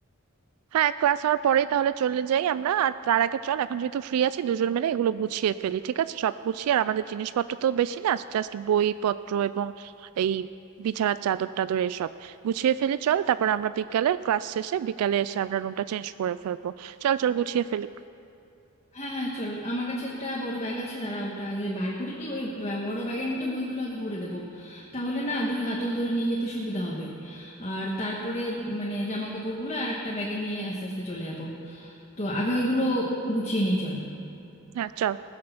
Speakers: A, on the right; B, on the left.
A: হ্যাঁ ক্লাস হওয়ার পরেই তাহলে চলে যাই আমরা আর তার আগে চল এখন যেহেতু ফ্রি আছি দুজন মিলে এগুলো গুছিয়ে ফেলি ঠিক আছে সব গুছিয়ে আর আমাদের জিনিসপত্র তো বেশি না জাস্ট বই পত্র এবং এই বিছানার চাদর টাদর এসব গুছিয়ে ফেলি চল তারপর আমরা বিকালে ক্লাস শেষে বিকালে এসে আমরা রুমটা চেঞ্জ করে ফেলবো চল চল গুছিয়ে ফেলি
B: হ্যাঁ হ্যাঁ চল আমার কাছে একটা বড় ব্যাগ আছে দাঁড়া ওটা আগে বার করি ওই ব্যা- বড় ব্যাগের মধ্যে বইগুলো আগে ভরে দেবো তাহলে না দুই হাতল ধরে নিয়ে যেতে সুবিধা হবে আর তারপরে মানে জামা কাপড়গুলো আর একটা ব্যাগে নিয়ে আস্তে আস্তে চলে যাব তো আগে ওইগুলো গুছিয়ে নিই চল
A: হ্যাঁ চল